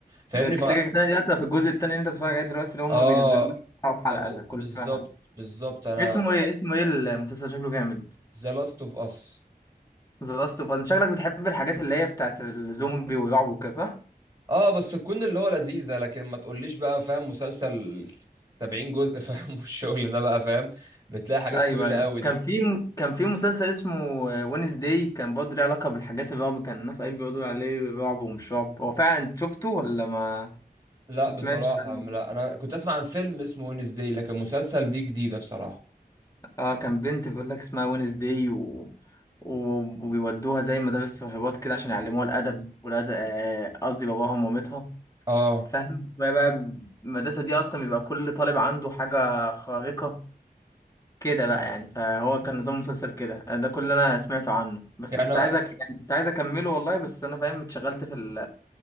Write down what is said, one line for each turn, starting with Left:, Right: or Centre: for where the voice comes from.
Right: فاهمني
Left: السكك
Right: ف
Left: التانية دي هتبقى في الجزء التاني اللي انت بتتفرج عليه دلوقتي اللي هما
Right: اه
Left: بينزلوا لك أو حلقة
Right: طب
Left: ده كل
Right: بالظبط
Left: شوية حلقة
Right: بالظبط انا
Left: اسمه ايه اسمه ايه المسلسل شكله جامد
Right: ذا لاست اوف اس
Left: ذا لاست اوف اس شكلك بتحب الحاجات اللي هي بتاعت الزومبي والرعب وكده صح؟
Right: اه بس تكون اللي هو لذيذه لكن ما تقوليش بقى فاهم مسلسل 70 جزء فاهم <laughs> والشغل ده بقى فاهم بتلاقي حاجات
Left: ايوه
Right: طويله
Left: ايوه
Right: قوي دي
Left: كان في كان في مسلسل اسمه وينس داي كان برضه ليه علاقة بالحاجات الرعب كان الناس قايل بيقولوا عليه رعب ومش رعب هو فعلا انت شفته ولا ما
Right: لا
Left: ما
Right: بصراحه
Left: سمعتش عنه؟
Right: لا انا كنت اسمع عن فيلم اسمه وينزداي لكن مسلسل دي جديده بصراحه
Left: اه كان بنت بيقول لك اسمها وينزداي و... و... وبيودوها زي مدارس راهبات كده عشان يعلموها الادب والادب آه، قصدي باباهم ومامتها
Right: اه
Left: فاهم وهي بقى المدرسه دي اصلا بيبقى كل طالب عنده حاجه خارقه كده بقى يعني فهو كان نظام مسلسل كده آه، ده كل اللي انا سمعته عنه بس
Right: يعني
Left: كنت عايزك يعني كنت عايز اكمله والله بس انا فاهم اتشغلت في ال...